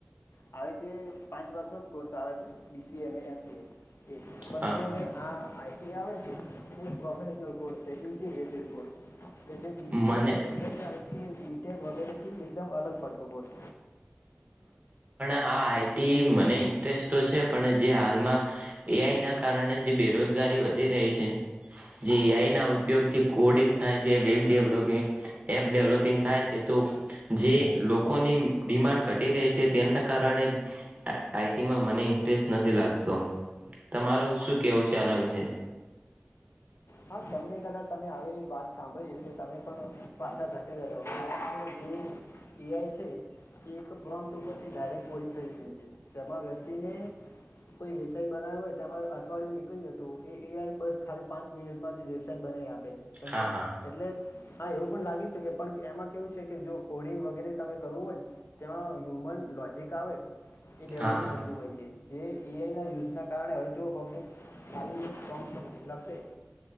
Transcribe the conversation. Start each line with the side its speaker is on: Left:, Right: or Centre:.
Left: થાય છે પાંચ વર્ષનો કોર્સ આવે છે બી સી એ ને એમ સી એ એ પણ
Right: હા
Left: એ આ આઈ ટી આવે છે તે પ્રોફેશનલ કોર્સ છે ઇન્ટીગ્રેટેડ કોર્સ એટલે બી સી
Right: મને
Left: એ વગેરે <unintelligible> થી બીટેક વગેરેથી એકદમ અલગ પડતો હોય
Right: હા આઈ ટી મને ઇન્ટરેસ્ટ તો છે પણ જે હાલમાં એ આઈના કારણે જે બેરોજગારી વધી રહી છે જે એ આઈ ના ઉપયોગથી કોડિંગ થાય છે વેબ ડેવલોપિંગ એપ ડેવલોપિંગ થાય છે તો જે લોકોની ડિમાન્ડ તેના કારણે આઈ ટીમાં મને ઇન્ટરેસ્ટ નથી લાગતો તમાર શું કેવું
Left: કહેવું
Right: છે આના
Left: ચાલે
Right: વિશે
Left: છે હા તમને કદાચ આવી વાત સાંભળી એટલે તમે પણ પાછા ધકે જતા જે એ આઈ છે એ એક પ્રોમ્પ્ટ ઉપરથી ડાયરેક્ટ કોડિંગ કરી દે છે જેમાં વ્યક્તિને કોઈ વેબસાઇટ બનાવવી હોય તેમાં અઠવાડિયું નીકળી જતું એ એ આઈ બસ ખાલી પાંચ મિનિટ માંથી બનાવી આપે છે. સમજો
Right: હા હા
Left: એટલે હા એવું પણ લાગી છે કે પણ એમાં કેવું છે કે જો કોડિંગ વગેરે તમે કરવું હોય ને ત્યાં હ્યુમન લોજ એક આવે એ ડેવલોપ
Right: હા હા
Left: થતું હોય છે. જે એ આઈના યુઝના કારણે હોય તે પબ્લિક લખશે